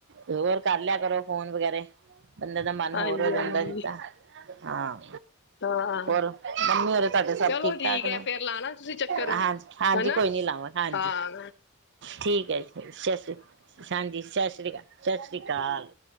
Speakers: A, on the right; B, on the left.
A: ਹੋਰ ਕਰ ਲਿਆ ਕਰੋ ਫੋਨ ਵਗੈਰਾ ਬੰਦੇ ਦਾ ਮਨ
B: ਹਾਂਜੀ
A: ਹੋਰ ਹੋ ਜਾਂਦਾ
B: ਹਾਂਜੀ
A: ਜਿੱਦਾਂ। ਹਾਂ,
B: ਹਾਂ
A: ਹੋਰ ਮੰਮੀ ਹੋਰੇ ਤੁਹਾਡੇ ਸਭ
B: ਚਲੋ
A: ਠੀਕ-ਠਾਕ
B: ਠੀਕ
A: ਨੇ,
B: ਹੈ ਫੇਰ ਲਾਣਾ ਤੁਸੀਂ ਚੱਕਰ
A: ਹਾਂਜੀ। ਹਾਂਜੀ,
B: ਹਨਾ
A: ਕੋਈ ਨੀ ਲਾਵਾਂ, ਹਾਂਜੀ।
B: ਹਾਂ
A: ਠੀਕ ਹੈ, ਜੀ ਸਤਿ ਸ੍ਰੀ ਅਕਾਲ ਹਾਂਜੀ ਸਤਿ ਸ੍ਰੀ ਅਕਾਲ, ਸਤਿ ਸ਼੍ਰੀ ਅਕਾਲ।